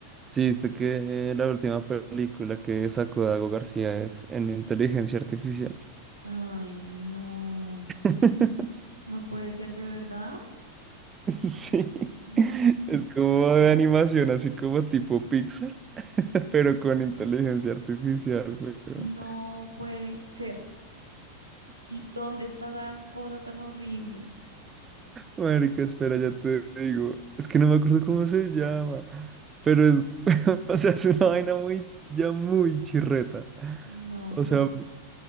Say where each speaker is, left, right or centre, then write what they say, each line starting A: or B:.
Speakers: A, on the right; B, on the right.
A: Sí, viste que la última película que sacó Dago García es en inteligencia artificial.
B: Ay, no,
A: <laughs>
B: no puede ser de verdad,
A: Sí,
B: no,
A: es como de animación, así como tipo Pixar, <laughs> pero con inteligencia artificial, weón.
B: no puede ser. ¿Y dónde está esa cosa tan horrible?
A: Marica, espera, ya te digo. Es que no me acuerdo cómo se llama. Pero es, <laughs> o sea, es una vaina muy, ya muy chirreta.
B: No,
A: O
B: tenaz.
A: sea,